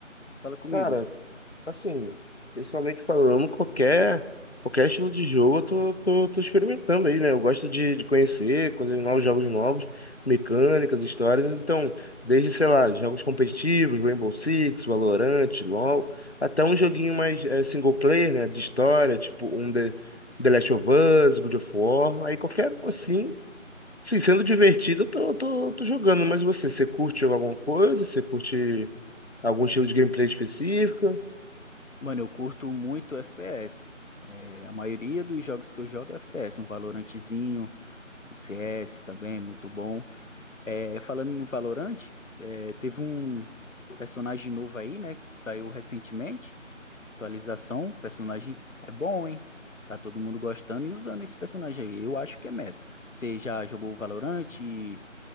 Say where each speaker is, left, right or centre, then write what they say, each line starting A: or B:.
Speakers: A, on the left (about 75°); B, on the left (about 55°).
A: Fala comigo.
B: Cara, assim, principalmente falando qualquer qualquer estilo de jogo, eu tô, tô, tô experimentando aí, né? Eu gosto de, de conhecer coisas novas, jogos novos, mecânicas, histórias. Então, desde, sei lá, jogos competitivos, Rainbow Six, Valorant, LoL, até um joguinho mais eh, single player, né? De história, tipo um The, The Last of Us, God of War, aí qualquer um assim. Sim, sendo divertido, eu tô, tô, tô jogando, mas você, você curte jogar alguma coisa? Você curte algum estilo de gameplay específico?
A: Mano, eu curto muito FPS. É, a maioria dos jogos que eu jogo é FPS, um Valorantezinho, um CS também, muito bom. É, falando no Valorant, é, teve um personagem novo aí, né? Que saiu recentemente. Atualização. Personagem é bom, hein? Tá todo mundo gostando e usando esse personagem aí. Eu acho que é meta. Você já jogou o Valorant e-